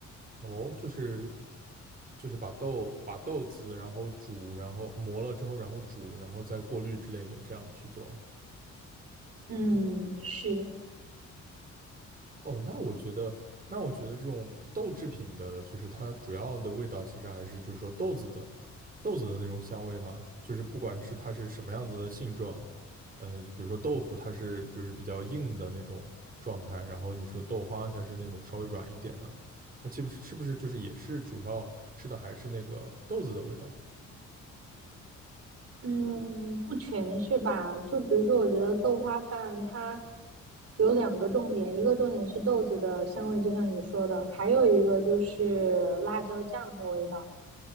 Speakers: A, on the right; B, on the right.
A: 哦，就是就是把豆把豆子，然后煮，然后磨了之后，然后煮，然后再过滤之类的，这样去做。
B: 嗯，是的。
A: 哦，那我觉得，那我觉得这种豆制品的，就是它主要的味道，其实还是就是说豆子的豆子的那种香味嘛。就是不管是它是什么样子的性状，呃，就比如说豆腐，它是就是比较硬的那种状态，然后你说豆花，它是那种稍微软一点的，那岂不是是不是就是也是主要吃的还是那个豆子的味道？
B: 嗯，不全是吧？就比如说，我觉得豆花饭它有两个重点，一个重点是豆子的香味，就像你说的，还有一个就是辣椒酱的味道。